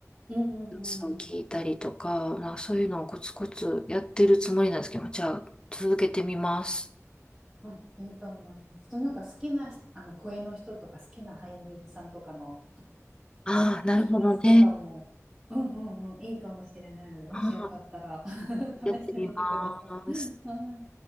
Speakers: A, in the centre; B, on the left (about 15°).
A: うんうんうんうん。
B: そう聞いたりとか、まあ、そういうのをコツコツやってるつもりなんですけど、じゃあ続けてみます。
A: うんいいと思います。となんか好きなひあの声の人とか好きな俳優さんとかの
B: ああ、なるほどね。
A: やつとかも、うんうんうん、いいかもしれないので、もしよかったら
B: ああ、
A: <laughs> 試してみてください。
B: やってみます。
A: はい